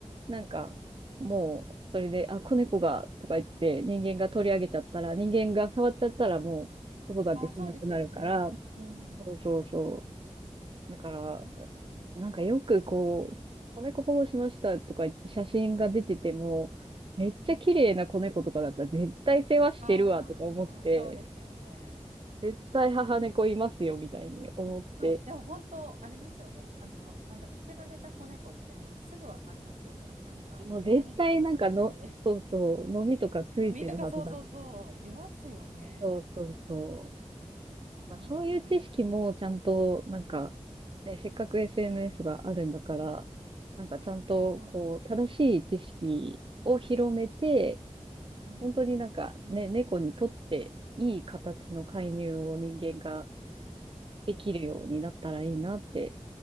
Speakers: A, on the right (about 45°); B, on the right (about 80°).
A: なんかもうそれで、あ、子猫がとか言って人間が取り上げちゃったら、人間が触っちゃったらもう子育てしなくなるから、
B: あー、そうですよね。うんうんうん
A: そうそうそう。だから、
B: うん。
A: なんかよくこう、子猫保護しましたとか言って写真が出てても、めっちゃ綺麗な子猫とかだったら絶対世話してるわとか思って、
B: うん。ああー、そうですよね。
A: 絶対母猫いますよみたいに思って、
B: そう、でも本当、あれですよね。あの、なんだろう、捨てられた子猫ってもうすぐわかりますよね。なんか、
A: もう絶対なんかの、
B: あの、目やにとかもすごいし、<laughs>
A: そうそう、のみとかついてるはずだから。
B: 飲みとかそうそうそう、いますよね。
A: そうそうそう。なんかそういう知識もちゃんと、
B: ああ、
A: なんか、ね、せっかく SNS があるんだから、なんかちゃんとこう、
B: そうですね。
A: 正しい知識を広めて、
B: うん、
A: 本当になんかね、
B: うん、
A: 猫にとっていい形の介入を人間ができるようになったらいいなって